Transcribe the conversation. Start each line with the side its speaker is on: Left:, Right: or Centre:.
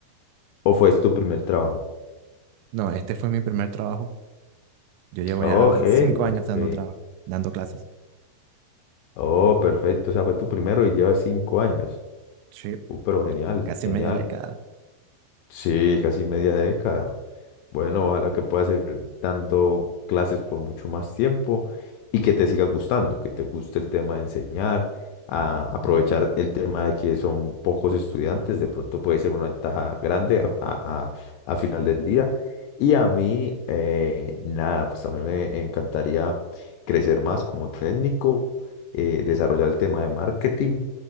Left: ¿O fue tu primer trabajo?
Right: No, este fue mi primer trabajo. Yo llevo
Left: Ok,
Right: ya cinco años dando
Left: ok.
Right: trabajo, dando clases.
Left: Oh, perfecto. O sea, fue tu primero y llevas cinco años.
Right: Sí,
Left: Uh, pero genial,
Right: casi
Left: genial.
Right: media década.
Left: Sí, casi media década. Bueno, ojalá que puedas seguir dando clases por mucho más tiempo y que te siga gustando, que te guste el tema de enseñar, a aprovechar el tema de que son pocos estudiantes, de pronto puede ser una ventaja grande a, a- a- a final del día. Y a mí, eh, nada, pues también me encantaría crecer más como técnico, eh, desarrollar el tema de marketing